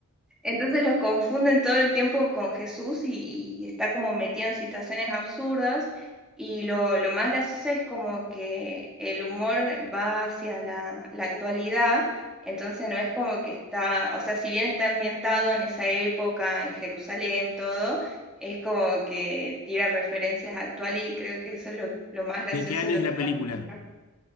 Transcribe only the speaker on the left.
¿De qué año
es la
película?